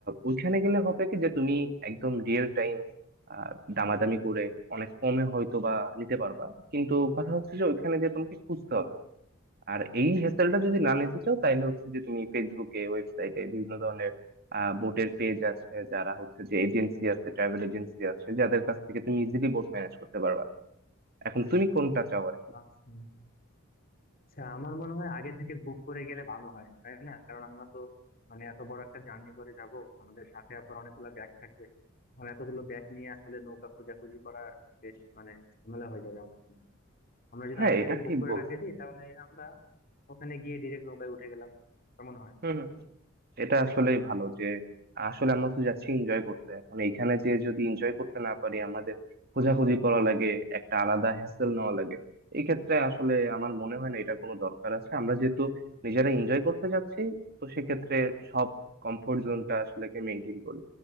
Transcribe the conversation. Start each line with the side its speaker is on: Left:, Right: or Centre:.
Right: ওইখানে গেলে হবে কি যে তুমি একদম রিয়েল টাইম দামাদামি করে অনেক কমে হয়তো বা নিতে পারবা কিন্তু কথা হচ্ছে যে ওইখানে যে তোমাকে খুঁজতে হবে আর এই হ্যাসেলটা যদি না নিতে চাও তাহলে হচ্ছে যে তুমি ফেসবুকে ওয়েবসাইটে বিভিন্ন ধরনের বোটের পেজ আছে যারা হচ্ছে যে এজেন্সি আছে ট্রাভেল এজেন্সি আছে যাদের কাছ থেকে তুমি ইজিলি বোট ম্যানেজ করতে পারবা এখন তুমি কোনটা চাও আর কি?
Left: বলতো আচ্ছা আমার মনে হয় আগে থেকে বুক করে গেলে ভালো হয় তাই না কারণ আমরা তো মানে এত বড় একটা জার্নি করে যাব আমাদের সাথে আবার অনেকগুলো ব্যাগ থাকবে এখন এতগুলো ব্যাগ নিয়ে আসলে নৌকা খোঁজাখুঁজি করা বেশ মানে ঝামেলা হয়ে যাবে আমার এখানে। আমরা যদি
Right: হ্যাঁ
Left: আগে
Right: এটা
Left: থেকে বুক
Right: ঠিক
Left: করে
Right: বলছো
Left: রাখে দিই তাহলে আমরা ওখানে গিয়ে ডিরেক্ট নৌকায় উঠে গেলাম কেমন হয়
Right: হুম হুম। এটা আসলেই ভালো যে আসলে আমরা তো যাচ্ছি এনজয় করতে এখন এইখানে যে যদি এনজয় করতে না পারি আমাদের খোঁজাখুঁজি করা লাগে একটা আলাদা হ্যাসেল নেওয়া লাগে এই ক্ষেত্রে আসলে আমার মনে হয় না এটা কোনো দরকার আছে আমরা যেহেতু নিজেরা এনজয় করতে যাচ্ছি তো সেক্ষেত্রে সব কমফোর্ট জোনটা আসলে কে মেনটেন করি